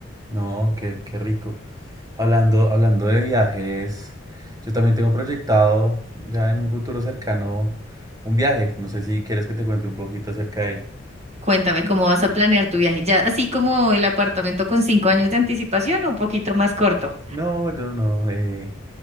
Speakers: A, on the right (about 20°); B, on the right (about 35°).
A: no, qué, qué rico. Hablando, hablando de viajes, yo también tengo proyectado ya en un futuro cercano un viaje. No sé si quieres que te cuente un poquito acerca de ello.
B: Cuéntame, ¿cómo vas a planear tu viaje? ¿Ya así como el apartamento con cinco años de anticipación o un poquito más corto?
A: No, yo no. eh,